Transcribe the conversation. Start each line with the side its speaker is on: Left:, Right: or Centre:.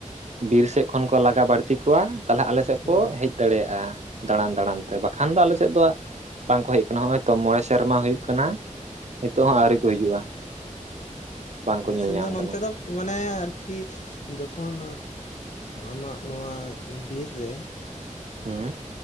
Right: ᱵᱤᱨ ᱥᱮᱫ ᱠᱷᱚᱱ ᱠᱚ ᱞᱟᱜᱟ ᱵᱟᱹᱲᱛᱤ ᱠᱚᱣᱟ᱾ ᱛᱟᱦᱚᱞᱮ ᱟᱞᱮ ᱥᱮᱫ
Left: ᱦᱩᱸ
Right: ᱠᱚ ᱦᱮᱡᱼᱼ ᱫᱟᱲᱮᱭᱟᱜᱼᱟ ᱫᱟᱬᱟᱱ ᱫᱟᱬᱟᱱ ᱛᱮ ᱵᱟᱠᱷᱟᱱ ᱫᱚ ᱟᱞᱮ ᱥᱮᱫ ᱫᱚ-ᱟ ᱵᱟᱝ ᱠᱚ ᱦᱮᱡ ᱠᱟᱱᱟ ᱱᱚᱼᱚᱭ ᱛᱚ ᱢᱚᱬᱮᱥᱼᱼ ᱥᱮᱨᱢᱟ ᱦᱩᱭᱩᱜ ᱠᱟᱱᱟ ᱱᱤᱛᱚᱜ
Left: ᱦᱮᱸ
Right: ᱦᱚᱸ ᱟᱹᱣᱨᱤ ᱠᱚ ᱦᱤᱡᱩᱜᱼᱟ᱾ ᱵᱟᱝᱠᱚ
Left: ᱟᱞᱮ
Right: ᱧᱮᱞ
Left: ᱥᱮᱱ
Right: ᱧᱟᱢ
Left: ᱫᱚ ᱱᱚᱱᱛᱮ
Right: ᱠᱟᱱᱟ
Left: ᱫᱚ ᱢᱟᱱᱮ ᱟᱨᱠᱤᱼᱼ ᱡᱚᱠᱷᱚᱱ ᱟᱢᱟᱜ ᱱᱚᱶᱟ ᱵᱤᱨ ᱨᱮ
Right: ᱦᱮᱸ